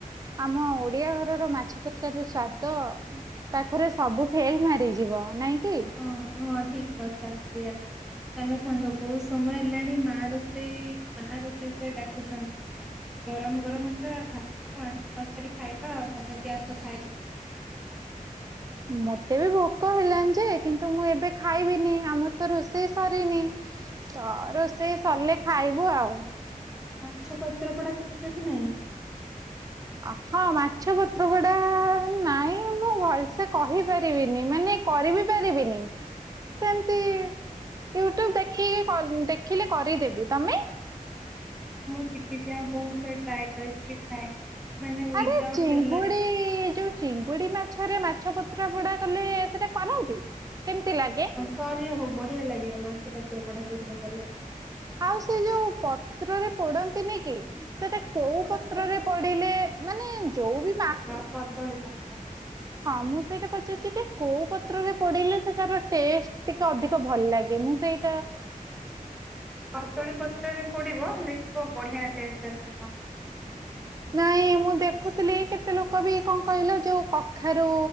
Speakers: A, on the right (about 25°); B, in the centre.
A: ଆମ ଓ ଓଡିଆ ଘରର ମାଛ ତରକାରୀ ସ୍ଵାଦ ପାଖରେ ସବୁ ଫେଲ୍ ମାରିଯିବ ନାଇଁ କି?
B: ହଁ ହଁ ଠିକ୍ କଥା ସେଇୟା। ଚାଲ ସାଙ୍ଗ ବହୁତ ସମୟ ହେଲାଣି ମା ର ସେଇ ବାହାର ରୋଷେଇ ଡାକୁଚନ୍ତି। ଗରମ୍ ଗରମ୍ ପୁରା ଭାତ ମାଛ ତରକାରୀ ଖାଇବା ଆଉ ତମେ ବି ଆସ ଖାଇବ।
A: ମତେ ବି ଭୋକ ହେଲାଣି ଯେ କିନ୍ତୁ ମୁଁ ଏବେ ଖାଇବିନି ଆମର୍ ତ ରୋଷେଇ ସରିନି। ତ ରୋଷେଇ ସରିଲେ ଖାଇବୁ ଆଉ।
B: ମାଛ ପତ୍ର ପୋଡା ଶିଖିଚ କି ନାହିଁ?
A: ଅ ହଁ ମାଛ ପତ୍ର ପୋଡା ନାଇଁ ମୁଁ ଭଲସେ କହିପାରିବିନି ମାନେ କରିିବି ପାରିବିନି। ସେମିତି ୟୁଟ୍ୟୁବ୍ ଦେଖିକି କରି ଦେଖିଲେ କରିଦେବି ତମେ?
B: ହଁ ମୁଁ ଶିଖିଚି ଆଉ ବହୁତ ଟ୍ରାଏ କରିକି କି ବି ଖାଏ। ମାନେ ୱିଦାଉଟ୍
A: ଆରେ ଚିଙ୍ଗୁଡ଼ି
B: ତେଲରେ।
A: ଯୋଉ ଚିଙ୍ଗୁଡି ମାଛରେ ମାଛ ପତ୍ରପୋଡ଼ା କଲେ ସେଟା କରନ୍ତି କେମିତି ଲାଗେ?
B: କରି ହେବ ବଢିଆ ଲାଗିବ ମାଛ୍ ପତ୍ର ପୋଡା ସେଇଥିରେ କଲେ।
A: ଆଉ ସେ ଯୋଉ ପତ୍ରରେ ପୋଡନ୍ତିନିକି? ସେଟା କୋଉ
B: କୋଉଟା
A: ପତ୍ରରେ
B: କୁହନି
A: ପୋଡିଲେ ମାନେ ଯୋଉ ବି ମା
B: ହଁ କଦଳୀ ପତ୍ର।
A: ହଁ ମୁଁ ସେଇଟା ପଚାରୁଚିକି କୋଉ ପତ୍ରରେ ପଡିଲେ ସେଟାର ଟେଷ୍ଟ୍? ଟିକେ ଅଧିକ ଭଲ ଲାଗେ ମୁଁ ସେଇ
B: କଦଳୀ ପତ୍ରରେ ପୋଡିବ ଦେଖିବ ବଢିଆ ଟେଷ୍ଟ ଆସିବ।
A: ନାଇଁ ମୁଁ ଦେଖୁଥିଲି କେତେ ଲୋକ ବି କଣ କହିଲ ଯୋଉ କଖାରୁ